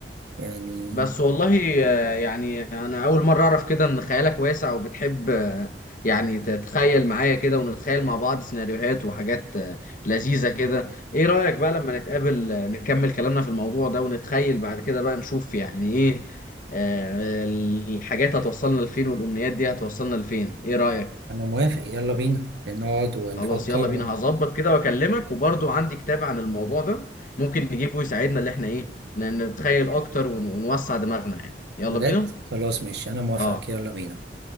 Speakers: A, on the right (about 70°); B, on the left (about 50°).
A: يعني
B: بس والله آه، يعني انا اول مره اعرف كده ان خيالك واسع وبتحب آه، يعني تتخيل معايا كده ونتخيل مع بعض سيناريوهات وحاجات آه، لذيذه كده ايه رايك بقى لما نتقابل آه، نكمل كلامنا في الموضوع ده ونتخيل بعد كده بقى نشوف يعني ايه آه، الحاجات هتوصلنا لفين والامنيات دي هتوصلنا لفين ايه رايك
A: انا موافق يلا بينا نقعد ونفكر
B: خلاص يلا بينا
A: و...
B: هظبط كده واكلمك وبرضو عندي كتاب عن الموضوع ده ممكن نجيبه يساعدنا اللي احنا ايه ن- نتخيل اكتر ون- ونوسع دماغنا يعني يلا
A: بجد
B: بينا
A: خلاص ماشي انا موافقك
B: اه
A: يلا بينا